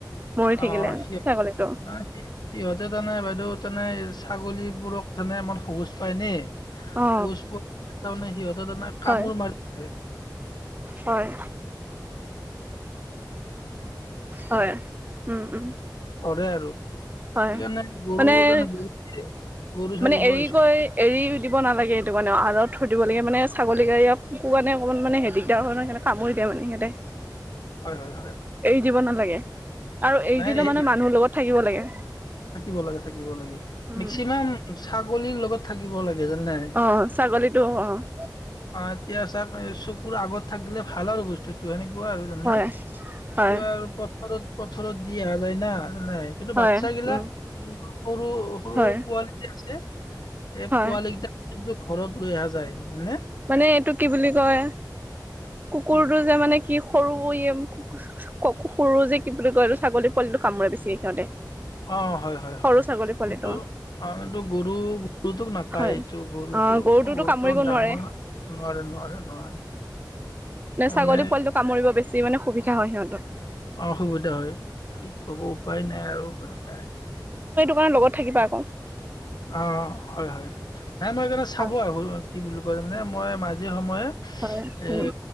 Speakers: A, on the right (about 25°); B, on the left (about 65°).
A: মৰি
B: অ
A: থাকিলে
B: সিহ
A: ছাগলীটো
B: ম সিহঁতে তানে বাইদেউ তনে ছাগলীবোৰক তানে আমাৰ সহজ পায় নে
A: অ
B: পৰি তাৰমানে সিহঁতে তাৰ মানে কামোৰ
A: হয়
B: মাৰি <inaudible>
A: হয় হয় উ'ম উ'ম।
B: কৰে আৰু সেইকাৰণে
A: হয়
B: গৰুানে
A: মানে
B: গৰু গৰু সাৰিব
A: মানে এৰি
B: আহিছো
A: কৈ এৰি দিব নালাগে এইটো মানে। খুধিব দিব লাগে মানে ছাগলী কুকুৰ কাৰণে অকণমান মানে দিগদাৰ হয় নহ সিহঁতে কামোৰি দিয়ে মানে সিহঁতে।
B: হয়- হয়- হয় হয়
A: এৰি দিব নালাগে? আৰু এৰি
B: নাই
A: দিলে
B: এই
A: মানে মানুহৰ লগত থাকিব লাগে।
B: থাকিব লাগে - থাকিব লাগে
A: উম
B: মেক্সিমাম ছাগলীৰ লগত থাকিব লাগে। জানে
A: অহ ', ছাগলীটো অহ ',
B: অহ ', এতিয়া চাওঁক চকুৰ আগত থাকিলে ভাল আৰু বস্তুটো হেনে। ক আৰু জানে
A: হয় হয়
B: আৰু পথৰত পথাৰত দি অহা যায় না। নাই কিন্তু
A: হয়
B: বাচ্ছা গিলাক
A: উম
B: কিন্তু সৰু - সৰু-
A: হয়
B: সৰু পোৱালি আছে। এই
A: হয়
B: পোৱালিকেইটক কি ঘৰত লৈ অহা যায় হয়নে।
A: মানে এইটো কি বুলি কয়। কুকুৰটো
B: কি
A: যে মানে। কি সৰু <unintelligible> সৰু যে কি বুলি কয়টো ছাগলী পোৱালিটো কামোৰে বেছিকে সিহঁতে।
B: অহ ', হয় - হয়-
A: সৰু
B: হয়
A: ছাগলী পোৱালিটো
B: কিন্তু অ কিু গৰু গৰুটোক নাপায়
A: হয়
B: এইটো গৰুটোোক
A: অ গৰুটোতো
B: গৰুটো
A: কামুৰিব
B: অহ ', ডাঙৰ
A: নোৱাৰে
B: নোৱাৰে - নোৱাৰে - নোৱাৰে।
A: ন ছাগলী
B: মানে
A: পোৱালটো কামৰিব যি মানে সুবিধা হয় সিহঁতক।
B: অসুবিধা হয় কি কব উপায় নাই আৰু। <unintelligible>
A: তাৰ লগত থাকিবা আকৌ?
B: অহ ', হয়-হয়। নে মই সেইকাৰণ চাব
A: হয়,
B: আৰু কি বুলি কয়। মানে মই মাজিৰ সময়ে
A: হয়,
B: এ
A: উম,